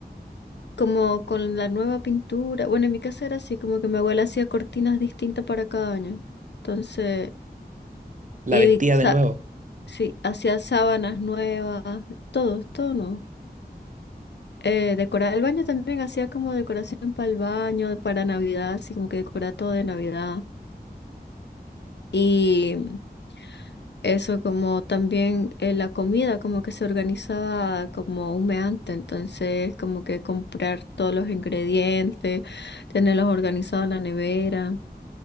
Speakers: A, on the left; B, on the right.
A: como con la nueva pintura. Bueno, en mi casa era así, como que mi abuela hacía cortinas distintas para cada año. Entonces,
B: La
A: y
B: vestía
A: sa-
B: de nuevo.
A: sí, hacía sábanas nuevas, todo, todo no. Eh, decorar el baño también hacía como decoración para el baño, para Navidad, así como que decoraba todo de Navidad. Y Eso como también eh, la comida como que se organizaba como humeante, entonces como que comprar todos los ingredientes, tenerlos organizados en la nevera